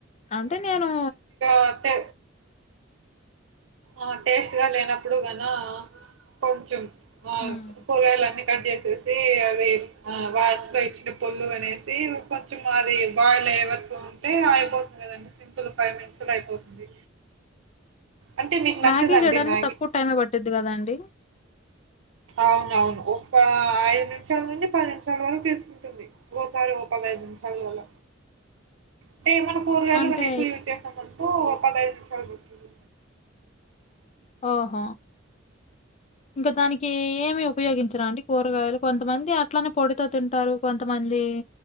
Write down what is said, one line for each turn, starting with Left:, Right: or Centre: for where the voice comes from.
Left: అంటే నేను
Right: పట్టే ఆ టేస్ట్ గా లేనప్పుడు గన కొంచెం ఆ
Left: హ్మ్.
Right: కూరగాయలన్నీ కట్ చేసేసి అది వాచ్లో ఇచ్చిన పోళ్ళు అనేసి కొంచెం అది బాయిల్ అయ్యే వరకు ఉంటే అయిపోతుంది కదండి సింపుల్ ఫైవ్ మినిట్స్ లో అయిపోతుంది అంటే మీకు
Left: మ్యాగీ
Right: నచ్చదండి
Left: చేయడానికి
Right: మ్యాగీ?
Left: తక్కువ టైం యి పట్టిద్ధి కదాండి
Right: అవునవును ఒక ఐదు నిమిషాల నుంచి పది నిమిషాల వరకు తీసుకుంటుంది ఓసారి ఓ పద ది నిముషాలు అల అంటే ఏమన్న కూరగాయలు
Left: అంటే
Right: కానీ ఎక్కువ యూజ్ చేసమనుకో పదహైదు నిమిషాలు పడుతుంది
Left: ఆహ ఇంకా దానికి ఏమి ఉపయోగించరా అండి కూరగాయలు కొంతమంది అట్లనే పొట్టుతో తింటారు కొంతమంది